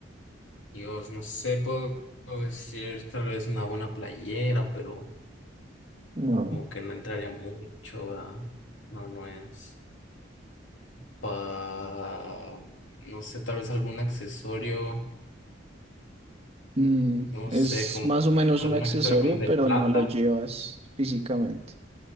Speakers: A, on the left; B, on the right.
A: Dios, no sé, puedo puedo decir tal vez una buena playera, pero
B: No.
A: como que no entraría mucho, ¿verdad? No, no es. Pa... No sé, tal vez algún accesorio,
B: Mm,
A: no
B: es
A: sé, como
B: más o menos
A: algún
B: un accesorio,
A: accesorio como de
B: pero
A: plata.
B: no lo llevas físicamente.